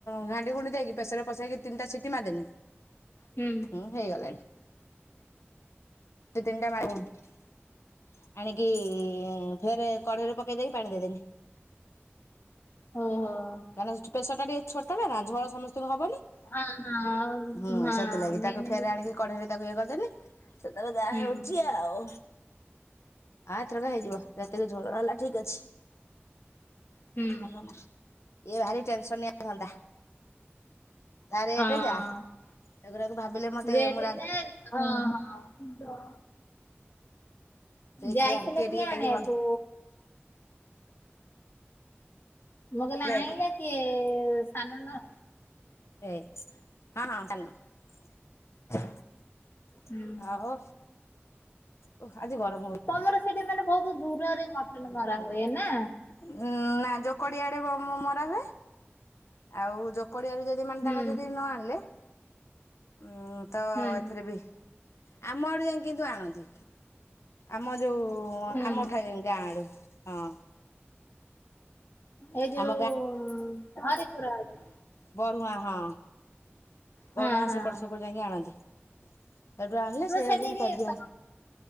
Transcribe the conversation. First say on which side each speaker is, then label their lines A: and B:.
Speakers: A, on the left (about 85°); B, on the left (about 55°).
A: ଘାଣ୍ଡି ଘୁଣ୍ଡି ଦେଇକି ପ୍ରେସରରେ ପସେଇକି ତିନିଟା ସିଟି ମାରି ଦେନି।
B: ହୁଁ।
A: ହୁଁ, ହେଇଗଲାଣି। ଦୁଇ ତିନଟା ମାରିକି ଆଣିକି ଫେରେ କଢେଇରେ ପକେଇ ଦେଇକି ପାଣି ଦେଇଦେଲିି।
B: ଓହୋଃ।
A: କାହିଁକନା ପ୍ରେସର ଟା ଟିକେ ଛୋଟ ନା ନା ଝୋଳ ସମସ୍ତଙ୍କୁ ହବନି।
B: ହଁ ହଁ
A: ହୁଁ,
B: ହଁ
A: ସେଥିଲାଗି
B: ମେନ୍
A: ତାକୁ
B: ହେଲା
A: ଫେର ଆଣିକି କଢେଇରେ ତାକୁ ଇଏ କରିଦନି ସେତେବେଳେ ଯାହା
B: ହୁଁ
A: ହଉଛି ଆ ଆଉ ଆ ଏଥରକା ହେଇଯିବ ଯେତିକି ଝୋଳ ହେଲା ଠିକ୍ ଅଛି।
B: ହୁଁ
A: ହାଲୋ! ଏଇ ଭାରି ଟେନସନିଆ ହେଇଥାନ୍ତା। ତା ରେଟ
B: ହଁ।
A: ଯା ସେଗୁଡ଼ାକୁ ଭାବିଲେ ମତେ
B: ରେଟ
A: ମୁଁ ରା
B: ଯେ ହଁ, ହଁ। ଯାଇଥିଲେ
A: କିଏ
B: କି
A: ଟିକେ
B: ଆଣିବାକୁ?
A: ଖାଇକି ଭଲ
B: ମୁଁ କହିଲି ନା
A: ଯାଇଥିଲେ
B: ଆଇଁଲେକି ସାନ ନ
A: ଏ ହଁ, ହଁ, <inaudible>
B: ହୁଁ।
A: ଆଉ ଓଃ ଆଜି ଗର
B: ତମର ସେଠି ମାନେ ବହୁତ ଦୂରରେ ମଟନ ମରା ହୁଏ ନା?
A: ଉଁ ନା ଜୋକୋଡି ଆଡେ ମରା ହୁଏ ଆଉ ଜୋକୋଡି ଆଡେ ଯ ଦି ମାନେ
B: ହୁଁ
A: ତାଙ୍କର ଯଦି ନ ଆଣିଲେ ଉଁ ତ
B: ହୁଁ
A: ଏଥିରେ ବି ଆମ ଆଡେ ଯାଇଁ କିନ୍ତୁ ଆଣନ୍ତି। ଆମ ଯୋଉ
B: ହୁଁ।
A: ଆମ ଠାଏ ଗାଁ ଆଡୁ, ହଁ।
B: ଏଇ ଯୋଉ
A: ଆମ
B: ହାରିପୁର ଆଡୁ?
A: ବରୁହାଁ ହଁ
B: ହଁ
A: ବରୁହାଁ
B: ହଁ।
A: ସେପଟୁ <inaudible> ଯାଇକି ଆଣନ୍ତି। ସେଠୁ ଆଣିଲେ
B: ରୁହ
A: ସେଇଆକୁ
B: ସେଠିକି
A: କରିଦିଅ
B: ତ